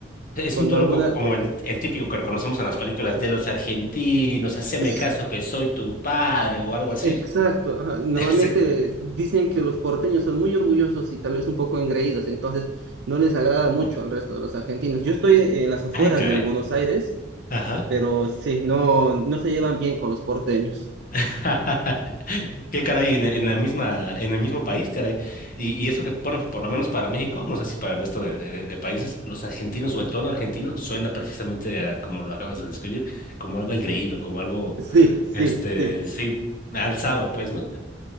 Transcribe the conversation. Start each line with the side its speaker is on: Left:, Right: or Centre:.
Left: Es
Right: cuando
Left: un tono
Right: alguna...
Left: co- como el, el típico que reconocemos en las películas de los argentinos, haceme
Right: es-
Left: caso que soy tu padre o algo así.
Right: exacto, ajá, normalmente
Left: <laughs> Sí.
Right: dicen que los porteños son muy orgullosos y tal vez un poco engreídos, entonces no les agrada mucho
Left: Uf,
Right: al resto de los argentinos. Yo estoy en las afueras
Left: Ay, caray.
Right: de Buenos Aires
Left: Ajá.
Right: pero sí, no, no se llevan bien con los porteños. <laughs>
Left: <laughs> Qué caray, en, en la misma, en el mismo país, caray. Y, y eso que, bueno, por lo menos para México, no sé si para el resto de, de- de países, los argentinos o el tono argentino suena precisamente a, como lo acabas de describir, como algo engreído, como algo,
Right: Sí, sí,
Left: este,
Right: sí,
Left: sí, alzado, pues, ¿no?